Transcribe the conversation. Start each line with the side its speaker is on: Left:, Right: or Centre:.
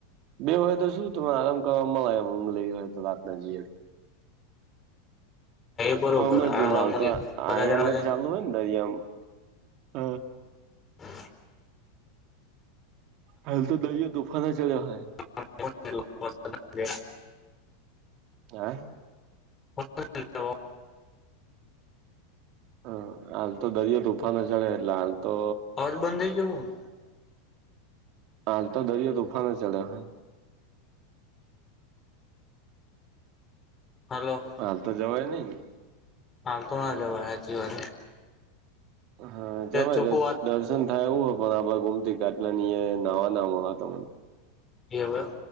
Right: બે હોય તો શું તને આરામ કરવા મળે એમમ લેવી હોય તો વાત ના જઈએ.
Left: બરોબર
Right: હમ
Left: બધા
Right: જ જો હાલ તો
Left: જણા
Right: આઈએલ
Left: મજા
Right: ચાલુ હોય ને દરમ હ
Left: હ.
Right: હલે તો દરિયો તોુફાને ચડ્યો હોય.
Left: <inaudible>
Right: હા.
Left: હ. <inaudible>
Right: હ હાલ તો દરિયો તોુફાાન ચડે એટલે હાલ તો.
Left: અજ બંધે જોું.
Right: હાલ તો દરિયો તૂફાનમાં ચડ્યા.
Left: હલો.
Right: હાલ તો જવાય નહી.
Left: હાલ તો આ જવાચ વા.
Right: હા જબરજસ્ત
Left: ચોખ્ખું વાત
Right: દસ. પસંદ થાય એવુ હોય પણ આભ ગુમતી કેટલાની નાવા નામ તને.
Left: એવું